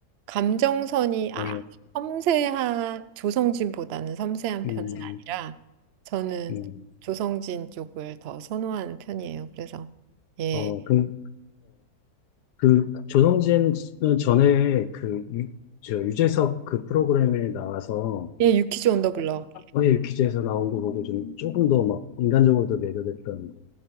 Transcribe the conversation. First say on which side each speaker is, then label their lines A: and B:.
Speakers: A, on the right; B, on the left.
A: 감정선이 아,
B: 어,
A: 섬세한 조성진보다는 섬세한
B: 음,
A: 편은 아니라 저는
B: 음,
A: 조성진 쪽을 더 선호하는 편이에요. 그래서 예,
B: 어, 그, 그 조성진 전에 그 유, 저 유재석 그 프로그램에 나와서
A: 예, 유키즈 온더 블럭
B: 어예 기자에서 나온 거 보고 좀 조금 더 막 인간적으로도 매료됐던